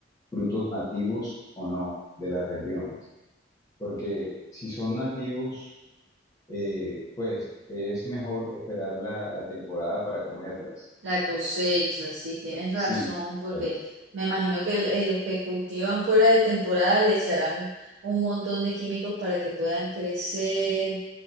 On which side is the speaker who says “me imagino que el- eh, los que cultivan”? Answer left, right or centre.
Right